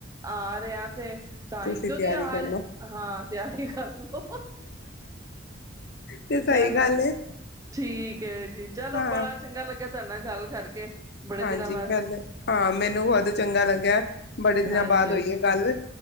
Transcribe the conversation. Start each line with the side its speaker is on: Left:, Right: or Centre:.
Right: ਆ ਰਹੇ ਆ। ਤਾਂ
Left: ਤੁਸੀਂ
Right: ਹੀ ਕਿਉਂਕਿ
Left: ਤਿਆਰੀ
Right: ਹਰ
Left: ਕਰਨਾ
Right: ਹਾਂ। ਤਿਆਰੀ ਕਰ ਲਓ।
Left: ਤੇ ਸਹੀ
Right: ਚਲੋ
Left: ਗੱਲ ਹੈ
Right: ਠੀਕ ਹੈ ਜੀ, ਚਲੋ
Left: ਹਾਂ
Right: ਬੜਾ ਚੰਗਾ ਲੱਗਿਆ ਤੁਹਾਨ ਗੱਲ ਕਰਕੇ ਬੜੇ
Left: ਹਾਂਜੀ,
Right: ਦਿਨਾਂ ਬਾਅਦ
Left: ਮ ਹਾਂ ਮੈਨੂੰ ਬਹੁਤ ਚੰਗਾ ਲੱਗਿਆ। ਬੜੇ ਦਿਨਾਂ
Right: ਹਾਂਜੀ
Left: ਬਾਦ ਹੋਈ ਹੈ ਗੱਲ,